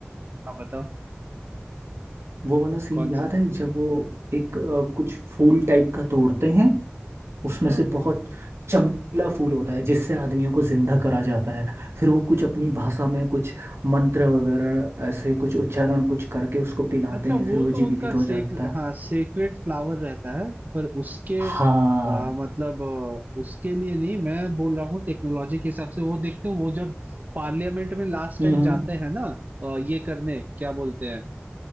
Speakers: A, on the right; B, on the right.
A: हाँ बताओ
B: वो वाला सीन
A: कौन
B: याद
A: सा
B: है जब वो एक अ, कुछ फूल टाइप का तोड़ते हैं उसमें
A: हाँ।
B: से बहुत चमकीला फूल होता है जिससे आदमियों को जिंदा करा जाता है फिर वो कुछ अपनी भाषा में कुछ मंत्र वगैरह ऐसे कुछ उच्चारण कुछ करके उसको पिलाते
A: अच्छा
B: हैं
A: वो
B: फिर वो
A: तो
B: जीवित
A: उनका
B: हो
A: सेक
B: जाता है
A: हाँ सेक्रेड फ्लावर रहता है पर उसके
B: हाँ
A: आ, मतलब अ, उसके लिए नहीं मैं बोल रहा हूँ टेक्नोलॉजी के हिसाब से वो देखते हो वो जब पार्लियामेंट में लास्ट
B: हम्म
A: टाइम जाते हैं ना अ, ये करने क्या बोलते हैं